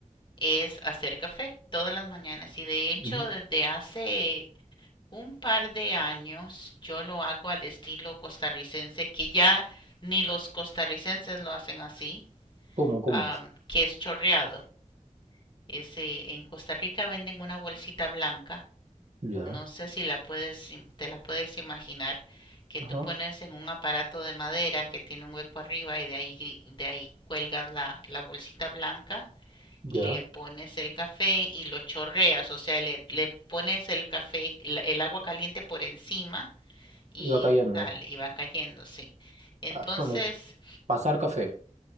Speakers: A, on the left; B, on the right.
A: es hacer café todas las mañanas y de hecho
B: Ujú.
A: desde hace un par de años yo lo hago al estilo costarricense, que ya ni los costarricenses lo hacen así
B: ¿Cómo? ¿Cómo
A: am,
B: es?
A: que es chorreado. Ese, en Costa Rica venden una bolsita blanca,
B: Ya,
A: no sé si la puedes, te la puedes imaginar, que tú
B: ajá,
A: pones en un aparato de madera que tiene un hueco arriba y de ahí, de ahí cuelgas la, la bolsita blanca y
B: ya.
A: le pones el café y lo chorreas, o sea, le, le pones el café, la- el agua caliente por encima y
B: Iba cayendo.
A: sale, y va cayendo, sí. Entonces,
B: Ah, bueno, pasar café.